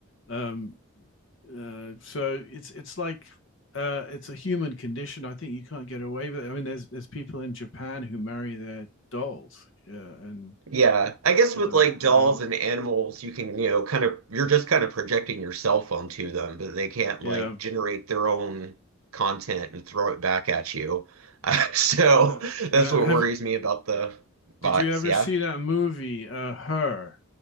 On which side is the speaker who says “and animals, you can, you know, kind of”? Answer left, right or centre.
Right